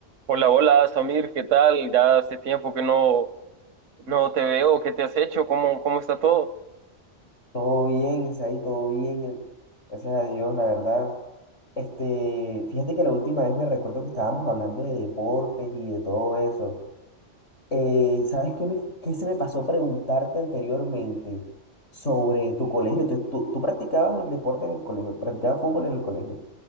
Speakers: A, on the right; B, on the left.
A: Hola, hola, Samir, ¿qué tal? Ya hace tiempo que no, no te veo, ¿qué te has hecho? ¿Cómo, cómo está todo?
B: Todo bien, Isaí, todo bien. Gracias a Dios, la verdad. Este, fíjate que la última vez me recuerdo que estábamos hablando de deportes y de todo eso. Eh, ¿sabes qué, me- qué se me pasó preguntarte anteriormente sobre tu colegio? ¿Tú, tú, tú practicabas el deporte en el colegio? ¿Practicabas fútbol en el colegio?